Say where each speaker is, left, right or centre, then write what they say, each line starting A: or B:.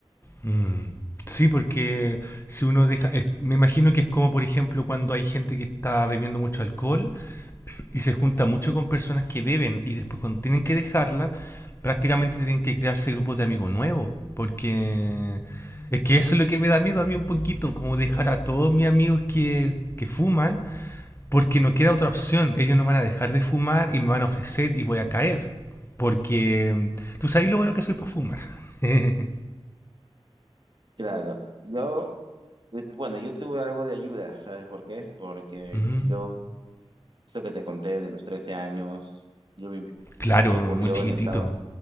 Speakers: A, on the left; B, on the right.
A: Mm. Sí, porque si uno deja... eh, me imagino que es como, por ejemplo, cuando hay gente que está bebiendo mucho alcohol y se junta mucho con personas que beben y después cuando tienen que dejarla, prácticamente tienen que crearse grupos de amigos nuevos, porque es que eso es lo que me da miedo a mí un poquito, como dejar a todos mis amigos que, que fuman, porque no queda otra opción, ellos no van a dejar de fumar y me van a ofrecer y voy a caer, porque tú sabes lo bueno que soy para fumar. <laughs>
B: Claro, yo, eh, bueno, yo tuve algo de ayuda, ¿sabes por qué? Porque
A: Ujú,
B: yo, esto que te conté de los 13 años, yo viví-
A: Claro,
B: eso ocurrió
A: muy chiquitito.
B: en Estados